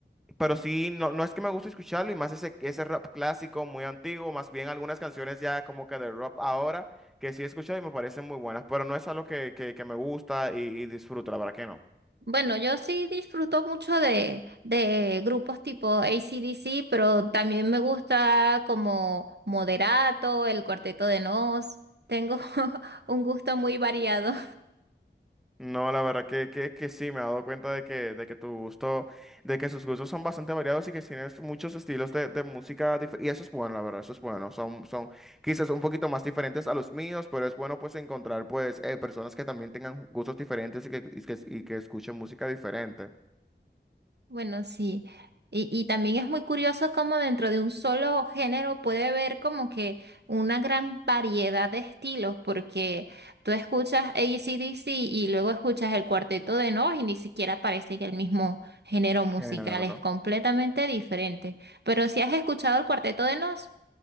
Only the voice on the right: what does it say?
Bueno, yo sí disfruto mucho de, de grupos tipo AC/DC, pero también me gusta como Moderato, el Cuarteto de Nos. Tengo <laughs> un gusto muy variado.
Bueno, sí. Y, y también es muy curioso cómo dentro de un solo género puede haber como que una gran variedad de estilos, porque tú escuchas A C D C y luego escuchas el Cuarteto de Nos y ni siquiera parece que el mismo género musical
es
completamente diferente. Pero
si has escuchado el Cuarteto de Nos,